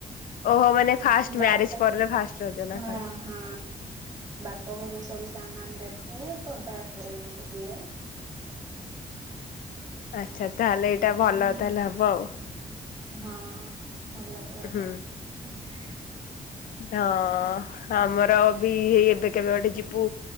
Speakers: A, on the left (about 80°); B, on the right (about 25°).
A: ଓହୋ ମାନେ ଫାଷ୍ଟ
B: ବାପ
A: ମ୍ୟାରେଜ ପରର ଫାଷ୍ଟ ରଜ
B: ହଁ
A: ନା କଣ?
B: ହଁ। ବାପ ଘରୁ ସବୁ ସାମାନ ଦେଖେ ବଡ ଆକାରରେ ଏମିତି ହୁଏ।
A: ଆଛା ତାହେଲେ ଏଇଟା ଭଲ
B: ହୁଁ
A: ତାହେଲେ ହବ ଆଉ।
B: ହଁ ଭଲ କି ହବ
A: ହୁଁ।
B: <unintelligible>
A: ହଁ ଆମର ବି ହେଇ ଏବେ କେବେ ଗୋଟେ ଯିବୁ